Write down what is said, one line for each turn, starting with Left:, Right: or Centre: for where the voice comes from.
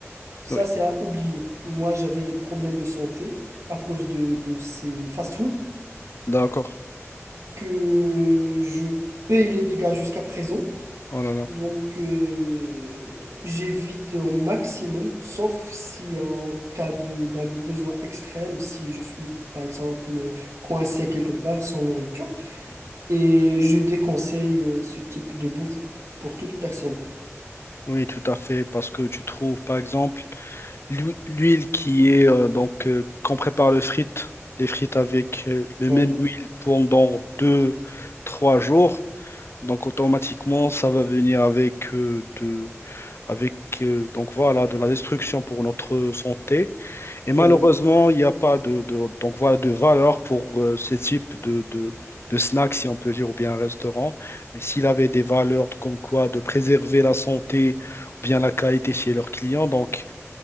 Right: ça
Left: Oui,
Right: c'est à oublier. Moi, j'avais des problèmes de santé à cause de, de ces fast-foods.
Left: d'accord.
Right: que je paye les dégâts jusqu'à présent.
Left: Oh là là.
Right: Donc, euh, j'évite au maximum, sauf si en cas de d'un besoin extrême, si je suis par exemple coincé quelque part sans nourriture. Et je déconseille euh, ce type de bouffe pour toute personne.
Left: Oui, tout à fait, parce que tu trouves, par exemple, l'hu- l'huile qui est, euh, donc, euh, qu'on prépare les frites, les frites avec euh, le
Right: Oui,
Left: même huile pendant deux, trois jours, donc automatiquement, ça va venir avec, euh, de, avec euh, donc voilà, de la destruction pour notre santé. Et malheureusement,
Right: oui,
Left: il n'y a pas de, de- donc voilà, de valeur pour euh, ce type de, de, de snack, si on peut dire, ou bien un restaurant. Mais s'il avait des valeurs comme quoi de préserver la santé ou bien la qualité chez leurs clients, donc